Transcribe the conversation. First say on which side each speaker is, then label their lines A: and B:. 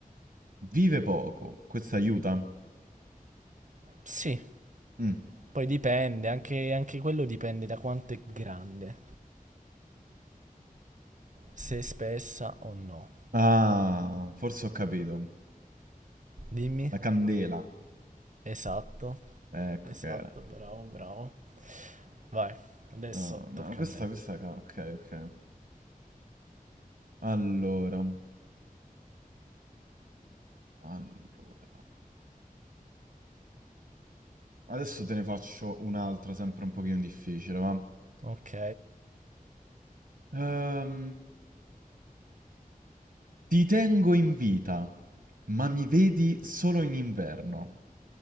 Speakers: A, on the right (about 85°); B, on the right (about 55°).
A: Vive poco, questo aiuta.
B: Sì.
A: Mm.
B: Poi dipende, anche, anche quello dipende da quanto è grande. Se è spessa o no.
A: Ah, forse ho capito.
B: Dimmi.
A: La candela,
B: Esatto.
A: ecco
B: Esatto,
A: che era.
B: bravo, bravo. Vai. Adesso
A: Ah, no,
B: tocca
A: questa,
B: a me.
A: questa, ca- ok, ok. Allora, allora. Adesso te ne faccio un'altra, sempre un pochino difficile, va?
B: Ok.
A: Ehm, ti tengo in vita, ma mi vedi solo in inverno.